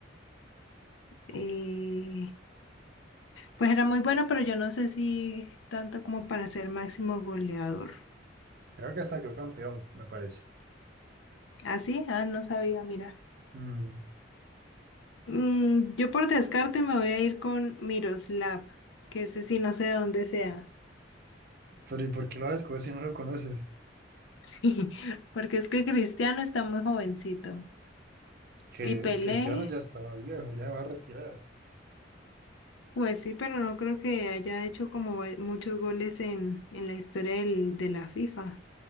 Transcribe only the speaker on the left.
Eh, pues era muy bueno, pero yo no sé si tanto como para ser máximo goleador.
¿Ah, sí? Ah, no sabía, mira.
Mm, yo por descarte me voy a ir con Miroslav, que ese sí no sé de dónde sea.
<laughs> Porque es que Cristiano está muy jovencito.
Y Pelé,
pues sí, pero no creo que haya hecho como va- muchos goles en, en la historia del- de la FIFA.